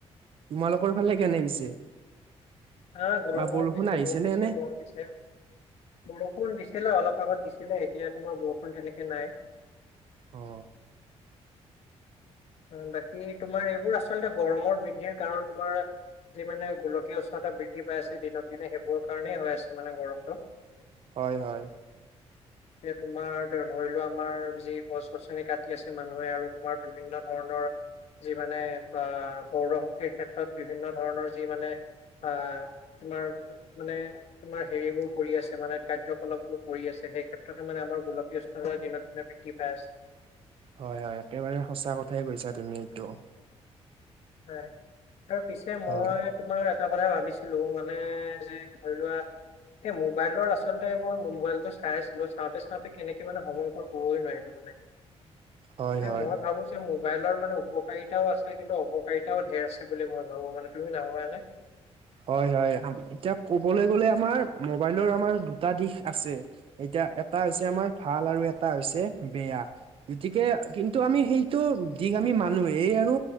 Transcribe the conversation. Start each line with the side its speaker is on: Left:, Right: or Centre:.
Right: তোমালোকৰ ফালে কেনে পিছে?
Left: হাঁ গৰম
Right: বা
Left: বহুত
Right: বৰষুণ
Left: দিছে,
Right: আহিছে
Left: বহুত
Right: নে
Left: বেছি
Right: এনে?
Left: গৰম দিছে। বৰষুণ দিছিলে, অলপ আগত দিছিলে এতিয়া তোমাৰ বৰষুণ তেনেকে নাই।
Right: অ।
Left: অঁ, বাকি তোমাৰ এইবোৰ আচলতে গৰমৰ বৃদ্ধিৰ কাৰণ তোমাৰ যি মানে গোলকীয় উষ্ণতা বৃদ্ধিপাই আছে দিনক দিনে সেইবোৰৰ কাৰণেই হৈ আছে মানে গৰমটো।
Right: হয়, হয়।
Left: <inaudible> এতিয়া তোমাৰ এতিয়া ধৰিলোৱা আমাৰ যি গছ -গছনি কাটি আছে মানুহে আৰু তোমাৰ বিভিন্ন ধৰণৰ যি মানে বা সৌৰশক্তিৰ ক্ষেত্ৰত বিভিন্ন ধৰণৰ যি মানে আ, তোমাৰ মানে তোমাৰ হেৰি বোৰ কৰি আছে মানে কাৰ্যকলাপ বোৰ কৰি আছে, সেই ক্ষেত্ৰতে মানে আমাৰ গোলকীয় উষ্‌ উষ্ণতা দিনক দিনে বৃদ্ধি পাই আছে।
Right: হয়, হয় একেবাৰে সঁচা কথাই কৈছা তুমি এইটো।
Left: হ'য়। তাৰপিছে মই
Right: হয়
Left: তোমাৰ এটা কথাই ভাৱিছিলোঁ মানে যে ধৰিলোৱা এই মোবাইলৰ আচলতে মই মোবাইলটো চাই আছিলোঁ চাওঁতে- চাওঁতে কেনেকে মানে সময়গ'ল কবই নোৱাৰিম। <unintelligible> এতিয়া
Right: হয় হয়।
Left: মই ভাৱোঁ যে মোবাইলৰ মানে উপকাৰিতাও আছে কিন্তু অপ অপকাৰিতাও ঢেৰ আছে বুলি মই ভাৱোঁ মানে তুমি নাভাৱানে?
Right: হয় -হয় আম এতিয়া কবলৈ গ'লে আমাৰ মোবাইলৰ আমাৰ দুটা দিশ আছে এতিয়া এটা হৈছে আমাৰ ভাল আৰু এটা হৈছে বেয়া। গতিকে কিন্তু আমি সেইটো দিশ আমি মানুয়েই এই আৰু